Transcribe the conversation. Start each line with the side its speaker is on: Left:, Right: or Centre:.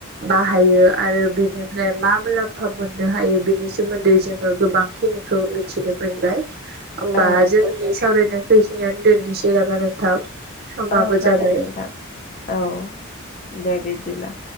Right: बाहायो आरो बिनिफ्राय मा मुलाम्फा मोननो हायो बिनि सोमोन्दै जोङो गोबांखिनिखौ मिथिनो मोनबाय। होमबा
Left: औ
Right: जोंनि सावरायनायखौ इखिनियावनो दोननिसै नामा नोंथां। समाबो
Left: औ जागोन
Right: जाबाय
Left: नोंथां औ दे बिदिब्ला।